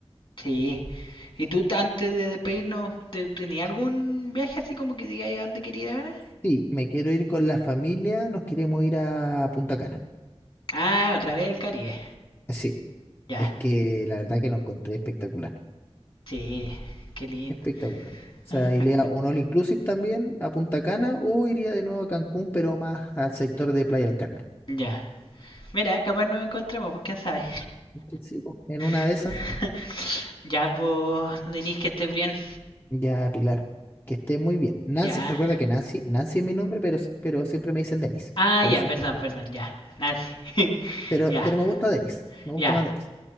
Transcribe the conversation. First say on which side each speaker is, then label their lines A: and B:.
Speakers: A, on the left; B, on the left.
A: Sí. ¿Y tú antes de despedirnos, te- tenías algún viaje así como que digáis a dónde quería ir ahora?
B: Sí, me quiero ir con la familia, nos queremos ir a Punta Cana.
A: Ah, otra vez el Caribe.
B: Sí,
A: Ya,
B: es que la verdad que lo encontré espectacular,
A: sí, qué lindo.
B: espectacular. O
A: Ajá.
B: sea, iría a un all inclusive también a Punta Cana o iría de nuevo a Cancún, pero más al sector de Playa del Carmen.
A: Ya. Mira, capaz nos encontremos, pues quién sabe.
B: Sí, sí, po. En una
A: <laughs>
B: de esas,
A: ya, pues, Denise, que estés bien.
B: ya Pilar, que esté muy bien. Nancy,
A: Ya.
B: recuerda que Nancy, Nancy es mi nombre, pero, si- pero siempre me dicen Denis.
A: Ah,
B: Por
A: ya,
B: eso,
A: perdón,
B: tengo-
A: perdón, ya. Nancy. <laughs>
B: pero,
A: ya,
B: pero me gusta Denis, me
A: ya,
B: gusta más Denis.